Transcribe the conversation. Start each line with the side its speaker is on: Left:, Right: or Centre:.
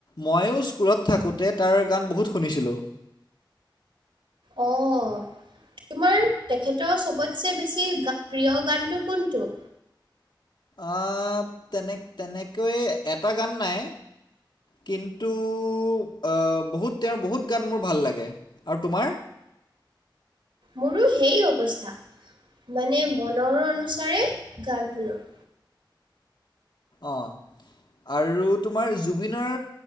Left: ময়ো স্কুলত থাকোঁতে তাৰ গান বহুত শুনিছিলোঁ।
Right: অ' তোমাৰ তেখেতৰ চবতছে বেছি গা প্ৰিয় গানটো কোনটো?
Left: অঁ, তেনে তেনেকৈয়ে এটা গান নাই। কিন্তু অঁ, বহুত তেওঁৰ বহুত গান মোৰ ভাল লাগে আৰু তোমাৰ?
Right: মোৰো সেই অৱস্থা। মানে মনৰ অনুসাৰে গান শুনো।
Left: অঁ। আৰু তোমাৰ জুবিনৰ